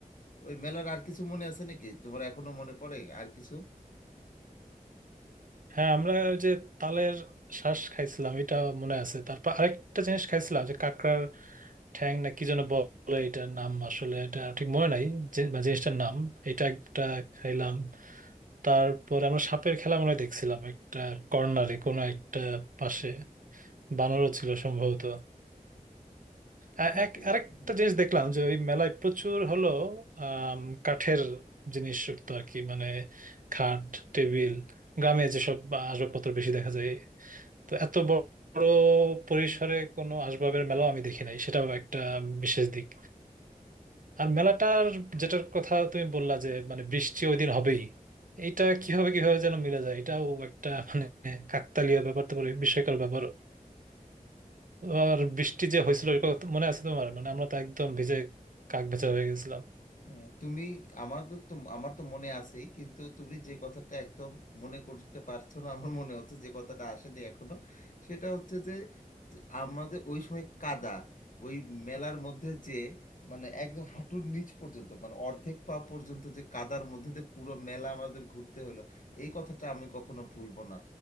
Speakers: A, on the left; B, on the right.
A: ওই মেলার আর কিছু মনে আছে নাকি তোমার এখনো মনে পড়ে আর কিছু
B: হ্যাঁ আমরা ওই যে তালের শ্বাস খাইছিলাম এটা মনে আছে তারপর আরেকটা জিনিস খাইছিলাম যে কাঁকড়ার ঠ্যাং না কি যেন বলে এটার নাম আসলে এটা ঠিক মনে নাই যে বা জিনিসটার নাম এটা একটা খাইলাম তারপর আমরা সাপের খেলা মনে হয় দেখছিলাম একটা কর্নারে কোনো একটা পাশে বানরও ছিল সম্ভবত আ-
A: সাপের
B: এক আরেকটা
A: হ্যাঁ
B: জিনিস দেখলাম যে ওই মেলায় প্রচুর হলো আম, কাঠের জিনিস উঠতো আর কি মানে খাট টেবিল গ্রামে যেসব আসবাবপত্র বেশি দেখা যায় তো এত বড় পরিসরে কোনো আসবাবের মেলাও আমি দেখি নাই সেটাও একটা বিশেষ দিক আর মেলাটার যেটার কথা তুমি বললা যে মানে বৃষ্টি ওই দিন হবেই এইটা কিভাবে কিভাবে যেন মিলে যায় এটাও একটা মানে কাকতালীয় ব্যাপার তো বলে, বিস্ময়কর ব্যাপার আর বৃষ্টি যে হয়েছিল ওই কথা মনে আছে তোমার মানে আমরা তো একদম ভিজে কাক ভেজা হয়ে গেছিলাম
A: হ্যাঁ তুমি আমাদের তো আমার তো মনে আছেই কিন্তু তুমি যে কথাটা একদম মনে করতে পারছো না আমার মনে হচ্ছে যে কথাটা আসেনি এখনো সেটা হচ্ছে যে তু- আমাদের ওই সময় কাদা ওই মেলার মধ্যে যে মানে একদম হাঁটুর নিচ পর্যন্ত মানে অর্ধেক পা পর্যন্ত যে কাদার মধ্যে দিয়ে পুরো মেলা আমাদের ঘুরতে হলো এই কথাটা আমি কখনো ভুলবো না